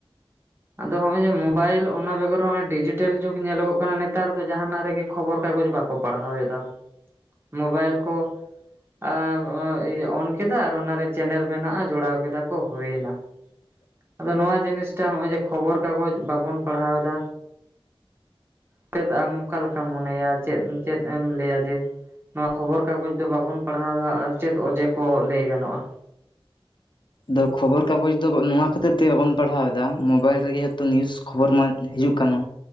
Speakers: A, on the right; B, on the left.
A: ᱟᱫᱚ ᱦᱚᱸᱜᱼᱚᱭ ᱡᱮ ᱢᱳᱵᱟᱭᱤᱞ ᱚᱱᱟ ᱵᱮᱜᱚᱨ ᱦᱚᱸᱜᱚᱭ ᱰᱤᱡᱤᱴᱮᱞ ᱡᱩᱜᱽ ᱧᱮᱞᱚᱜᱚᱜ ᱠᱟᱱᱟ ᱱᱮᱛᱟᱨ ᱫᱚ ᱡᱟᱦᱟᱱᱟᱜ ᱨᱮᱜᱮᱼᱼ ᱠᱷᱚᱵᱚᱨ ᱠᱟᱜᱚᱡᱽ ᱵᱟᱠᱚ ᱯᱟᱲᱦᱟᱣ ᱮᱫᱟ ᱢᱳᱵᱟᱭᱤᱞ ᱠᱚᱼᱼ ᱟᱨ ᱚᱱ ᱠᱮᱫᱟ ᱟᱨ ᱚᱱᱟᱨᱮ ᱪᱮᱱᱮᱞ ᱢᱮᱱᱟᱜᱼᱟ ᱡᱚᱲᱟᱣ ᱠᱮᱫᱟ ᱠᱚ ᱦᱩᱭᱮᱱᱟ᱾
B: <inaudible>
A: ᱟᱫᱚ ᱱᱚᱣᱟ ᱡᱤᱱᱤᱥᱴᱟ ᱦᱚᱸᱜᱼᱚᱭ ᱡᱮ ᱠᱷᱚᱵᱚᱨ ᱠᱟᱜᱚᱡ ᱵᱟᱵᱚᱱ ᱯᱟᱲᱦᱟᱣ ᱮᱫᱟ᱾ ᱪᱮᱫ ᱟᱢ ᱚᱠᱟ ᱞᱮᱠᱟᱢ ᱢᱚᱱᱮᱭᱟ ᱪᱮ ᱪᱮᱫ ᱮᱢ ᱞᱟᱹᱭᱟ ᱡᱮ? ᱱᱚᱣᱟ ᱠᱷᱚᱵᱚᱨ ᱠᱟᱜᱚᱡᱽ ᱫᱚ ᱵᱟᱵᱚᱱ ᱯᱟᱲᱦᱟᱣᱫᱟ ᱟᱨ ᱪᱮᱫ ᱚᱡᱮ ᱠᱚ ᱞᱟᱹᱭ ᱜᱟᱱᱚᱜᱼᱟ᱾
B: ᱫᱚ ᱠᱷᱚᱵᱚᱨ ᱠᱟᱜᱚᱡ ᱫᱚ ᱱᱚᱣᱟ ᱠᱷᱟᱹᱛᱤᱨ ᱛᱮ ᱵᱟᱵᱚᱱ ᱯᱟᱲᱦᱟᱣ ᱮᱫᱟ ᱢᱳᱵᱟᱭᱤᱞ ᱨᱮᱜᱮ ᱡᱷᱚᱛᱚ ᱱᱤᱭᱩᱡᱼᱼ ᱠᱷᱚᱵᱚᱨ ᱢᱟ ᱦᱤᱡᱩᱜ ᱠᱟᱱᱟ